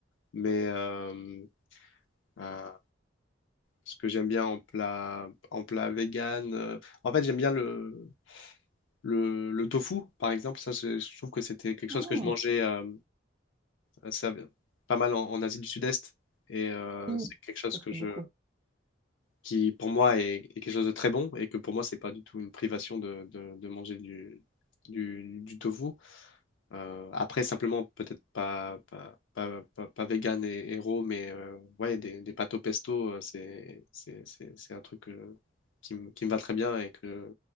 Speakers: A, on the left; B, on the right.
A: Mais euh, euh, ce que j'aime bien en plat, en plat vegan, euh, en fait, j'aime bien le, le, le tofu, par exemple. Ça, c'est- je trouve que c'était quelque chose
B: Ah,
A: que je mangeais. euh, Euh, ça- pas mal en, en Asie du Sud-Est. Et euh,
B: oui,
A: c'est quelque chose
B: ça
A: que
B: se fait
A: je,
B: beaucoup.
A: qui, pour moi, est, est quelque chose de très bon et que pour moi, c'est pas du tout une privation de, de, de manger du, du, du tofu. Euh, après, simplement, peut-être pas, pas, pas, pas, pas vegan et, et raw, mais euh, ouais, des, des pâtes au pesto, euh, c'est, c'est, c'est, c'est un truc que- qui, me- qui me va très bien et que,